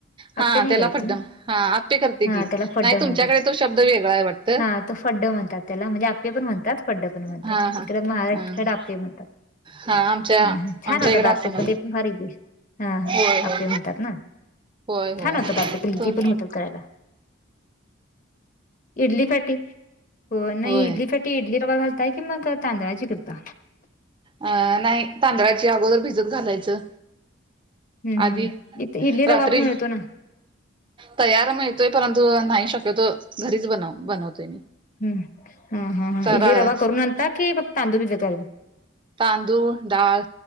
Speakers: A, on the left; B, on the right.
A: आप्पे
B: हा
A: नाही
B: त्याला
A: करत
B: फड्डम
A: तुम्ही?
B: हा आप्पे करते
A: हा
B: कि
A: त्याला फड्ड
B: नाही
A: म्हणतात.
B: तुमच्याकडे तो शब्द वेगळा आहे वाट
A: हा तं फड्ड म्हनतात त्याला म्हणजे आप्पे पण म्हनतात फड्ड पण म्हनतात
B: हा हा
A: तिकडे मा महाराष्ट
B: हा
A: कडं
B: हा
A: आप्पे म्हनतात.
B: हा आमच्या
A: हां हां छान
B: आमच्या
A: होतात
B: इकडं
A: आप्पे
B: असं म्हण
A: पण ते पण भारी डिश. हां हा
B: होय होय
A: आपे म्हणतात ना
B: होय होय
A: छान होतात आप्पे प्रिझी
B: तुम
A: पण होतात. करायला इडली साटी हो नाही
B: होय
A: इडली चट ते इडली रवा घलताय कि मग तांदळाची करता?
B: अं नाही तांदळाची अगोदर भिजत घालायचं.
A: हम्म हम्म
B: आधीच
A: इथ इडली रवा
B: रात्री?
A: पण मिळतो ना
B: तयार माळतोय परंतु नाही शक्यतो घरीच बनव बनवतोय.
A: हम्म हा हा हा
B: सरा
A: इडली रवा करून आणता कि फक्त तांदूळ भिजत घाल
B: तांदूळ डाळ